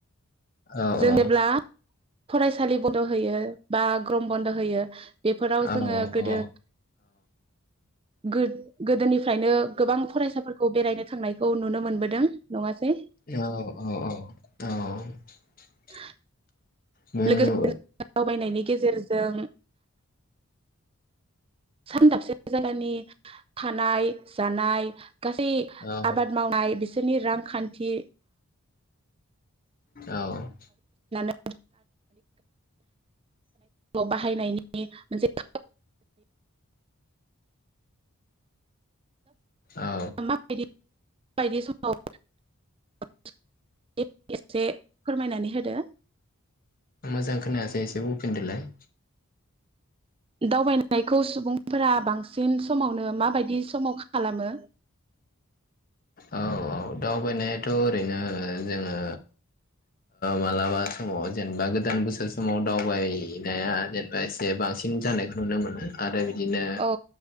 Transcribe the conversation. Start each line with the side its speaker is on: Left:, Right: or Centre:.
Left: औ
Right: जेनेब्ला
Left: औ
Right: फरायसालि बन्द' होयो बा गरम बन्द होयो बेफोराव
Left: औ
Right: जोङो गोदो गोद-गोदोनिफ्रायनो गोबां फरायसाफोरखौ बेरायनो थांनायखौ नुनो मोनबोदों नङासै
Left: औ औ औ औ
Right: <unintelligible>
Left: बेनो
Right: लोगोसे दावबायनायनि गेजेरजों <unintelligible> जायगानि थानाय जानाय गासै
Left: औ
Right: आबाद मावनाय बिस सोरनि रांखान्थि।
Left: औ।
Right: <inaudible> बाहायनायनि मोनसे <inaudible>
Left: औ।
Right: माबायदि बायदि समाव <unintelligible> एसे फोरमायनानै होदो।
Left: मोजां खोनायासै एसे बुंफिनदोलाय।
Right: दावबायनायखौ सुबुंफोरा बांसिन समावनो माबायदि समाव खालामो
Left: औ औ दावबायनायाथ ओरैनो जोङो मालाबा समाव जेनेबा गोदान बोसोर समाव दावबायनाया जेनेबा एसे बांसिन जानायखौ नुनो मोनो आरो। बिदिनो
Right: औ